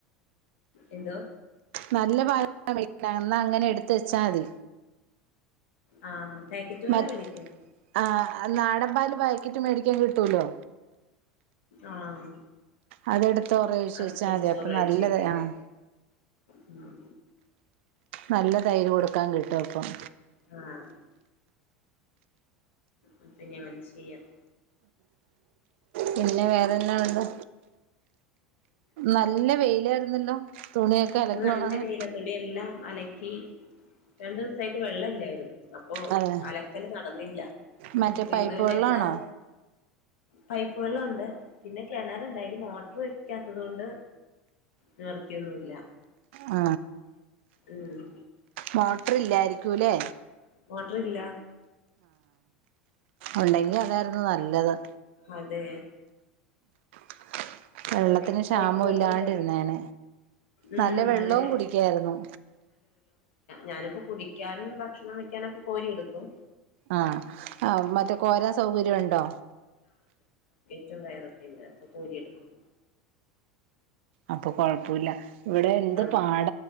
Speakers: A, on the left (about 75°); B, on the right (about 65°).
A: എന്തോ?
B: നല്ല പാലാ <unintelligible> എന്നാ അങ്ങനെ എടുത്ത വെച്ചാ മതി.
A: ആഹ് പാക്കറ്റ്
B: മ
A: പാലാ മേടിക്കണേ
B: ആ നാടൻപാല് പാക്കറ്റ് മേടിക്കാൻ കിട്ടൂലോ.
A: ആഹ്
B: അതെടുത്ത് ഒറ ഒഴിച്ചു
A: അത്
B: വെച്ചാ
A: വെളിച്ചോറ്
B: മതി. അപ്പൊ
A: ഒഴിച്ച്
B: നല്ല
A: വെക്കാല്ലേ
B: താ ആഹ്
A: ഉം
B: നല്ല തൈര് കൊടുക്കാൻ കിട്ടും അപ്പം.
A: ആഹ് അത് ഞാൻ ചെയ്യാം.
B: പിന്നെ വേറെന്നാ ഒള്ളെ? നല്ല വെയിലായിരുന്നല്ലോ. തുണിയൊക്കെ അലക്കി
A: ഇത് നല്ല
B: ഒണങ്ങാൻ
A: വേലത്തുള്ളി എല്ലാം അലക്കി രണ്ടു ദിവസായിട്ട് വെള്ള ഇല്ലായിരുന്നു അപ്പൊ
B: അതെ
A: അലക്കല് നടന്നില്ല
B: മറ്റേ
A: അപ്പൊ
B: പൈപ്പ്
A: ഇന്ന് പിന്നെ
B: വെള്ളാണോ
A: എല്ലാം പൈപ്പ വെളുണ്ട് പിന്നെ കിണറുണ്ട് അതില് മോട്ടർ വെക്കാത്തത് കൊണ്ട് നിർത്തിയൊന്നുമല്ല
B: ആ
A: ഉം
B: മോട്ടർ ഇല്ലായിരിക്കൂലേ
A: വോട്ടർല്ല
B: ഉണ്ടെങ്കിൽ അതായിരുന്നു നല്ല <inaudible>
A: അതെ
B: <inaudible> വെള്ളത്തിന്
A: ഇത് ഇടക്ക്
B: ക്ഷാമം
A: പൈപ്പ് വെള്ളം
B: ഇല്ലാണ്ടിരുന്നേന
A: കഴിയുന്നു ഉം
B: നല്ല വെള്ളവും
A: അതെ
B: കുടിക്കായിരുന്നു
A: ഞാനിപ്പോൾ കുടിക്കാനും ഭക്ഷണം വെക്കാനൊക്കെ കോരിെടുക്കും
B: ആഹ ആ മറ്റേ കോരാ സൗകര്യമുണ്ടോ
A: റ്റ വയറൊക്കെയുണ്ട് അപ്പോൾ പോരിയടുക്കും
B: അപ്പൊ കൊഴപ്പില്ല ഇവിടെ എന്ത്
A: ആ
B: പാട